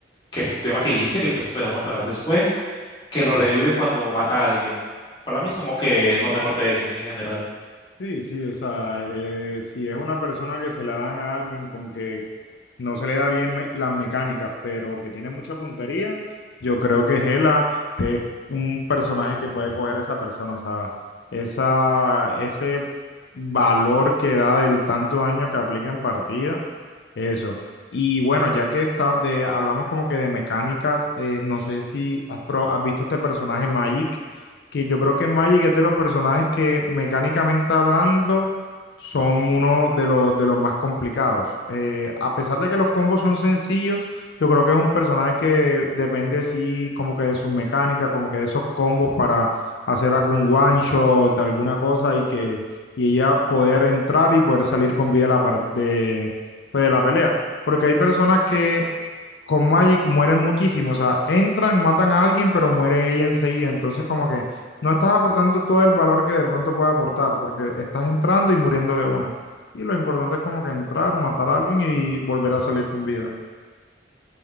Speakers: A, on the left (about 25°); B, on the left (about 70°).
A: que es un tema que dijiste que pues podemos hablar después, que lo revive cuando mata a alguien. Para mí es como que lo mejor de ella en general.
B: Sí, sí, o sea, eh, si es una persona que se la dan a alguien con que no se le da bien me- las mecánicas, pero que tiene mucha puntería, yo creo que Gela es un personaje que puede coger a esa persona, o sea, esa, ese valor que da del tanto daño que aplica en partida, eso. Y bueno, ya que está de, hablamos como que de mecánicas, eh, no sé si has, pro- has visto este personaje Magic que yo creo que Magic es de los personajes que mecánicamente hablando son uno de los, de los más complicados. Eh, a pesar de que los combos son sencillos, yo creo que es un personaje que depende sí como que de su mecánica, como que de esos combos para hacer algún one shot, alguna cosa y que y ella poder entrar y poder salir con vida de la, par- de, pues, de la pelea. Porque hay personas que con Magic mueren muchísimos, o sea, entran, matan a alguien, pero muere ella enseguida, entonces como que no estás aportando todo el valor que de pronto puede aportar, porque estás entrando y muriendo de una. Y lo importante es como que entrar, matar a alguien y volver a salir con vida.